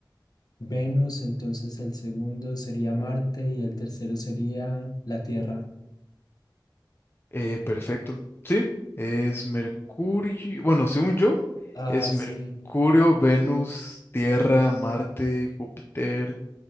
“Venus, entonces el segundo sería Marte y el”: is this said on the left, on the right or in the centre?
Left